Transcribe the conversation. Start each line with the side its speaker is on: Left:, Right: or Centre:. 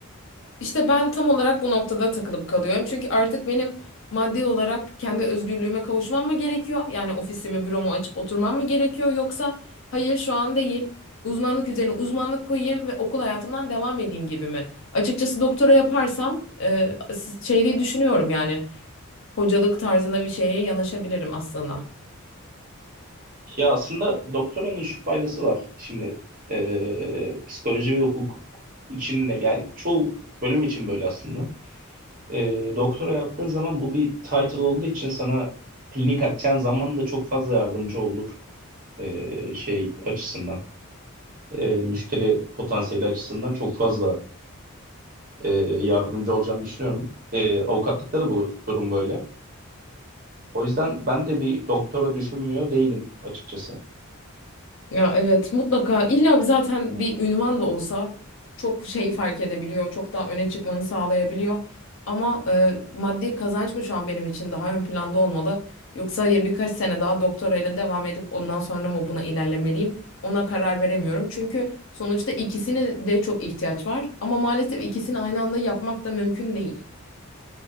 Left: İşte ben tam olarak bu noktada takılıp kalıyorum. Çünkü artık benim maddi olarak kendi özgürlüğüme kavuşmam mı gerekiyor? Yani ofisimi, büromu açıp oturmam mı gerekiyor? Yoksa hayır şu an değil. Uzmanlık üzerine uzmanlık koyayım ve okul hayatımdan devam edeyim gibi mi? Açıkçası doktora yaparsam e, siz- şey diye düşünüyorum yani hocalık tarzında bir şeye yanaşabilirim aslında.
Right: Ya aslında doktoranın şu faydası var. Şimdi eee, psikoloji ve hukuk için de yani çoğu bölüm için böyle aslında. Eee, doktora yaptığın zaman bu bir title olduğu için sana klinik açacağın zaman da çok fazla yardımcı olur. Eee, şey açısından. eee, müşteri potansiyeli açısından çok fazla e, yardımcı olacağını düşünüyorum. E, avukatlıkta da bu durum böyle. O yüzden ben de bir doktora düşünmüyor değilim açıkçası.
Left: Ya evet mutlaka illa bir zaten bir ünvan da olsa çok şey fark edebiliyor. Çok daha öne çıkmanı sağlayabiliyor. Ama e, maddi kazanç mı şu an benim için daha ön planda olmalı? Yoksa hayır birkaç sene daha doktorayla devam edip ondan sonra mı buna ilerlemeliyim? Ona karar veremiyorum. Çünkü sonuçta ikisine de çok ihtiyaç var. Ama maalesef ikisini aynı anda yapmak da mümkün değil.